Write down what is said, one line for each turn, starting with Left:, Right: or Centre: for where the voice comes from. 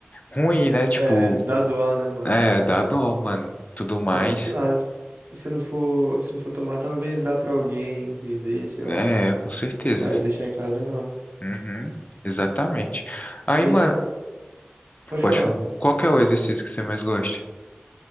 Left: ruim, né? Tipo,
Right: É, dá dó, né, mano?
Left: é, dá dó, mano. Tudo mais.
Right: É, sei lá, se eu não for, se eu não for tomar, talvez dá pra alguém vender, sei
Left: É,
Right: lá.
Left: com certeza.
Right: Mas deixar em casa não.
Left: Uhum, exatamente. Aí,
Right: Aí,
Left: mano,
Right: é- pode
Left: pode
Right: falar.
Left: falar. Qual que é o exercício que você mais gosta?